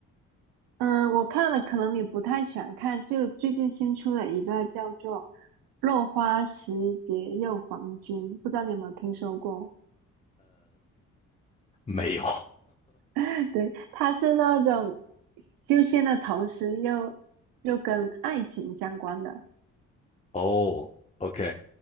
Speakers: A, on the right; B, on the left.
A: 嗯，我看了，可能你不太喜欢看，就最近新出了一个叫做《落花时节又逢君》，不知道你有没有听说过？
B: 没有。
A: <laughs> 对，它是那种修仙的同时又又跟爱情相关的
B: 哦，OK